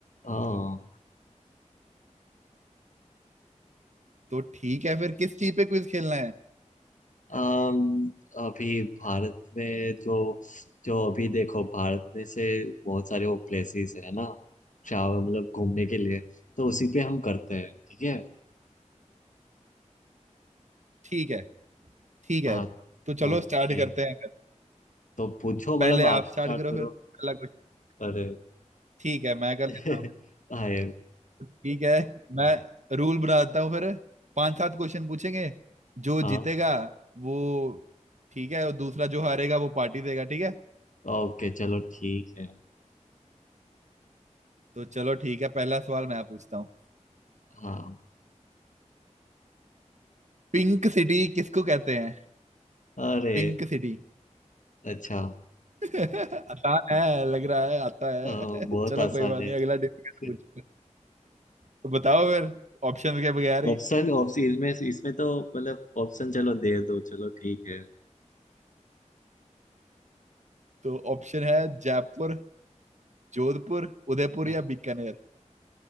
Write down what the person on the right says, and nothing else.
तो ठीक है फिर किस चीज पे क्विज खेलना है
ठीक है ठीक है
तो चलो
स्टार्ट करते हैं फिर
पहले
आप स्टार्ट
करो
फिर पहला क्वेश्चन
ठीक है मैं कर
लेता हूँ
ठीक है मैं रूल बनाता हूँ फिर पांच सात क्वेश्चन पूछेंगे जो
जीतेगा वो ठीक है और दूसरा जो हारेगा वो पार्टी देगा ठीक है
तो चलो ठीक है पहला सवाल मैं पूछता हूँ
पिंक सिटी किसको कहते हैं
Pink city
<laughs> आसान है लग रहा है आता है
<laughs> चलो
कोई बात
नहीं अगला डिफिकल्ट
पूछो तो बताओ फिर ऑप्शन के बगैर ही
तो ऑप्शन है जयपुर जोधपुर उदयपुर
या बीकानेर